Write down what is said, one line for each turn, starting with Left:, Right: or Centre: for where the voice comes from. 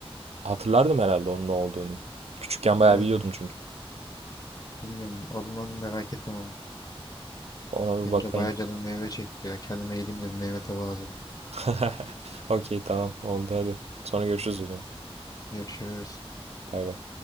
Right: hatırlardım herhalde onun ne olduğunu. Küçükken bayağı
Left: yani
Right: biliyordum çünkü.
Left: bilmiyorum adını adım merak ettim ama.
Right: Ona
Left: Benim
Right: bir bakayım.
Left: de bayağı canım meyve çekti ya. Kendime gideyim de bir meyve tabağı alayım.
Right: <laughs> Okey tamam oldu hadi. Sonra görüşürüz o zaman.
Left: Görüşürüz.
Right: Bay bay.